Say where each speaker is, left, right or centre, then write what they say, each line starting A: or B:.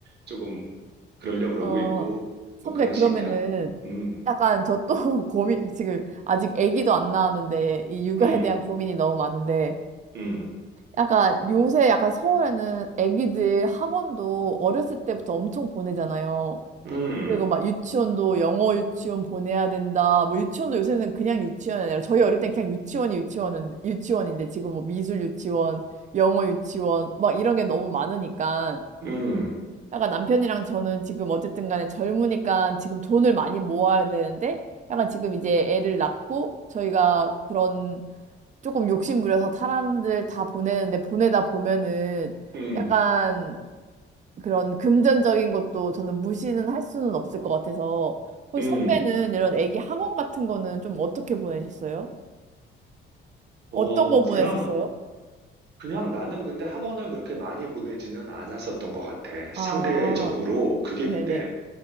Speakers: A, on the right; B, on the right.
A: 조금 그러려 그러고
B: 어,
A: 있고,
B: 선배,
A: 뭐 그런
B: 그러면은
A: 식이야. 음,
B: 약간 저 또 <laughs> 고민, 지금 아직 아기도 안 낳았는데 이 육아에
A: 음,
B: 대한 고민이 너무 많은데
A: 음,
B: 약간 요새 약간 서울에는 아기들 학원도 어렸을 때부터 엄청 보내잖아요.
A: 음,
B: 그리고 막 유치원도 영어 유치원 보내야 된다. 뭐 유치원도 요새는 그냥 유치원이 아니라 저희 어릴 땐 그냥 유치원이 유치원은 유치원인데 지금 뭐 미술 유치원, 영어 유치원 막 이런 게 너무 많으니까
A: 음,
B: 약간 남편이랑 저는 지금 어쨌든 간에 젊으니까 지금 돈을 많이 모아야 되는데 약간 지금 이제 애를 낳고 저희가 그런 조금 욕심부려서 사람들 다 보내는데 보내다 보면은
A: 음,
B: 약간 그런 금전적인 것도 저는 무시는 할 수는 없을 것 같아서 혹시
A: 음.
B: 선배는 이런 애기 학원 같은 거는 좀 어떻게 보내셨어요?
A: 어,
B: 어떤 거
A: 그냥,
B: 보냈었어요?
A: 그냥 나는 근데 학원을 그렇게 많이 보내지는 않았었던 것 같아. 상대적으로.
B: 아,
A: 그게
B: 네네.
A: 근데,